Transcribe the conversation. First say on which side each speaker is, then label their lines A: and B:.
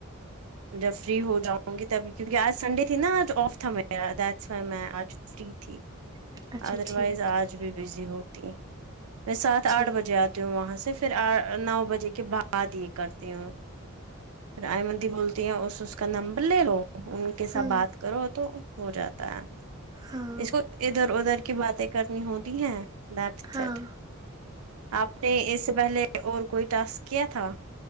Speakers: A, on the right; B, on the right.
A: جب فری ہو جاؤ گی تب کیونکہ آج سنڈے تھی نا آج آف تھا میرا دیٹس وائی میں آج فری تھی
B: اچھا
A: ادر
B: ٹھیک
A: وائز آج بھی بزی ہوتی میں سات
B: ٹھیک
A: آٹھ بجے آتی ہوں وہاں سے پھر نو بجے کے بعد یہ کرتی ہوں ائیمن دی بولتی ہیں اس اس کا نمبر لے لو ان ساتھ
B: ہاں
A: بات کرو تو ہو جاتا ہے
B: ہاں
A: اس کو ادھر ادھر کی باتیں کرنی ہوتی ہیں دھٹس
B: ہاں
A: اٹ آپ نے اس سے پہلے اور کوئی ٹاسک کیا تھا